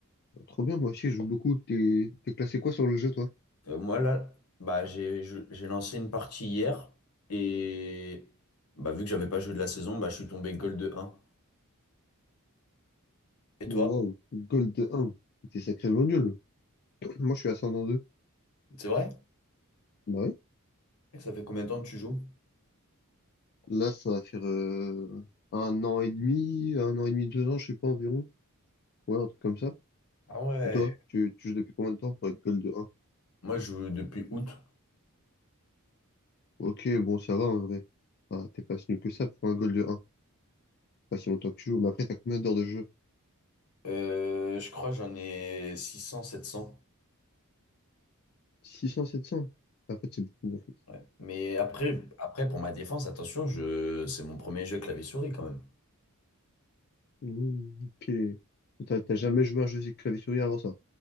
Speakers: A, on the left (about 45°); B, on the left (about 80°).
A: Bah, trop bien, moi aussi, je joue beaucoup. T'es t'es classé quoi sur le jeu, toi?
B: Euh, moi, là, bah, j'ai je- j'ai lancé une partie hier et bah, vu que j'avais pas joué de la saison, bah, je suis tombé gold de 1. Et
A: Waouh,
B: toi?
A: Gold 1. T'es sacrément nul. <clears throat> Moi, je suis ascendant 2.
B: C'est vrai?
A: Bah oui.
B: Ça fait combien de temps que tu joues?
A: Là, ça va faire euh, un an et demi, un an et demi, deux ans, je sais pas, environ. Ouais, un truc comme ça.
B: Ah ouais.
A: Et toi, tu, tu joues depuis combien de temps pour être Gold 1?
B: Moi, je joue depuis août.
A: Ok, bon, ça va, en vrai. Ah, t'es pas si nul que ça pour un Gold 1. Pas si longtemps que tu joues, mais après, t'as combien d'heures de jeu?
B: Euh, je crois que j'en ai six cents, sept cents.
A: six cents sept cents Bah, En fait, c'est beaucoup, en fait.
B: Ouais. Mais après, après, pour ma défense, attention, je... c'est mon premier jeu clavier-souris quand même.
A: Mmh, ok. T'as t'as jamais joué à un jeu de clavier-souris avant ça?